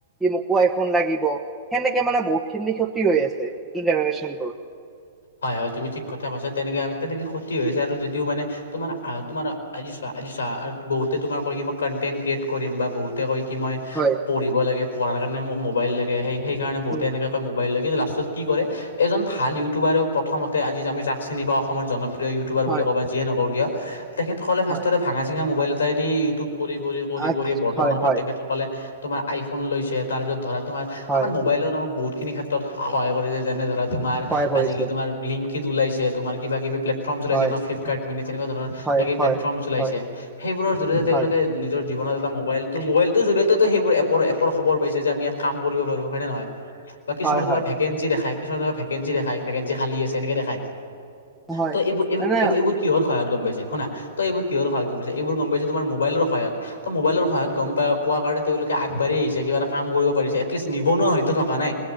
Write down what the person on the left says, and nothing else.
হয়, হয়, তুমি ঠিক কথা কৈছা, তেনেকে আমি তেনেকে ক্ষতি হৈছে আৰু যদিও মানে। তোমাৰ তোমাৰ আজিচোৱা আজিছোৱা বহুতে তোমাৰ কি মই কনটেন্ট ক্ৰিয়েট কৰিম বা বহুতে কয়। কি মই
পঢ়িব লাগে, পঢ়াৰ কাৰণে মোক মোবল লাগে, সেই সেই কাৰণে বহুতে
এনেকে কৈ মোবাইল লাগে কিন্তু। কি কৰে এজন ভাল ইউটিউবাৰে প্ৰথমতে আজি আমি জাক চিনি পাওঁ, অসমৰ জনপ্ৰিয় প্ৰিয় ইউটিবাৰ
বুলি ক'ব যিয়ে নকওঁ কিয়। তেখেতসকলে ফিৰ্তততে
ভাঙা চিঙা মোবাইল এটাই দি ইউটিউব কৰি কৰি কৰি
কৰি বৰ্তমান
সময়ত
তেখেতসকলে তোমাৰ আইফোন লৈছে। তাৰপিছত ধৰা তোমাৰ
আমাৰ মোবাইলত আমাক বহুতখিনি ক্ষেত্ৰত সহায় কৰিছে যেনে ধৰা তোমাৰ
আজিকালি। টেংকিত ওলাইছে তোমাৰ কিবা কিবি। প্লেটফৰ্ম চলাইছে
ন ফ্লিপকাৰ্ট মিনি তেনেকুৱা ধৰণৰ
প্লেটফৰ্ম চলাইছে।
সেইবোৰৰ জৰিয়তে তেওঁলোকে
নিজৰ জীৱনত। মোবাইলটো মোইলটো জৰিয়তেতো সেইবোৰ এপ এপৰ খবৰ পাইছে যে আমি ইয়াত কাম কৰিব পাৰো হয় নে নহয় বা কিছুমানে
তোমাৰ ভেকেঞ্চি দেখাই। কিছুমান তোমাৰ ভেকেঞ্চি দেখাই। ভেকেঞ্চি খালি আছে এনেকে দেখাই
ত' এইবোৰ এই
এইবোৰ এইবোৰ কিহৰ। সহায়ত গ'ম পাইছে শুনা ত এইবোৰ কিহৰ সহায়ত গ'ম পাইছে, এইবোৰ গ'ম পাইছে তোমাৰ মোবাইলৰ সহায় ত মোবাইৰ সহায় গ'ম পাই। কোৱা কাৰণে তেওঁলোক আগাঢ়ি আহিছে কিব এটা কাম কৰিব পাৰিছেি, এটলিচট নিবনুৱা হয়তো থকা নাই